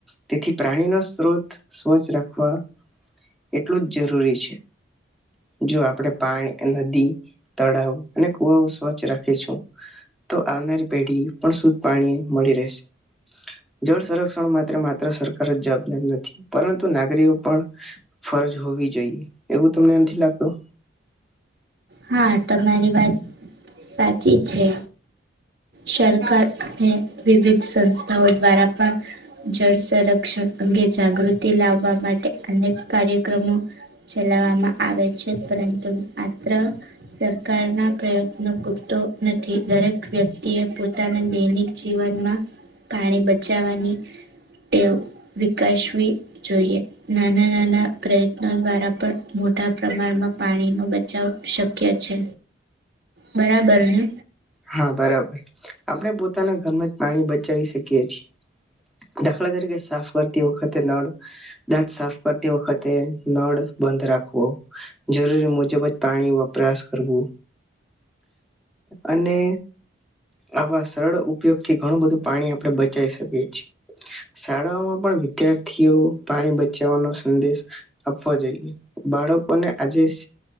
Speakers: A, in the centre; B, on the right.
A: તેથી પ્રાણીનો સ્ત્રોત સ્વચ્છ રાખવા એટલું જ જરૂરી છે. જો આપણે પાણ અહ નદી, તળાવ અને કુવાઓ સ્વચ્છ રાખીશું તો આવનારી પેઢી પણ શુદ્ધ પાણી મળી રહેશે. જળ સંરક્ષણ માત્ર-માત્ર સરકાર જ જવાબદાર નથી, પરંતુ નાગરીઓ પણ ફરજ હોવી જોઈએ. એવું તમને નથી લાગતું?
B: હા તમારી વાત સાચી છે. સરકાર અને વિવિધ સંસ્થાઓ દ્વારા પણ જળ સંરક્ષણ અંગે જાગૃતિ લાવવા માટે અનેક કાર્યક્રમો ચલાવવામાં આવે છે. પરંતુ માત્ર સરકારના પ્રયત્નો પૂરતો નથી દરેક વ્યક્તિએ પોતાના દૈનિક જીવનમાં પાણી બચાવવાની ટેવ વિકસવી જોઈએ નાના નાના પ્રયત્નો દ્વારા પણ મોટા પ્રમાણમાં પાણીનો બચાવ શક્ય છે બરાબર ને
A: હા બરાબર આપણે પોતાના ઘરમાં જ પાણી બચાવી શકીએ છીએ દાખલા તરીકે સાફ કરતી વખતે નળ દાંત સાફ કરતી વખતે નળ બંધ રાખવો જરૂરી મુજબ જ પાણી વપરાશ કરવો અને આવા સરળ ઉપયોગ થી ઘણું બધું પાણી આપણે બચી શકીએ છીએ શાળાઓમાં પણ વિદ્યાર્થીઓ પાણી બચાવવાનો સંદેશ આપવો જોઈએ બાળકોને આજે